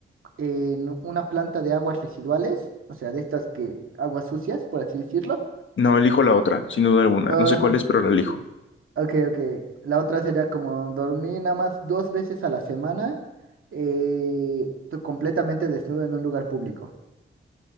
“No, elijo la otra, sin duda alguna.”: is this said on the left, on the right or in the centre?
Left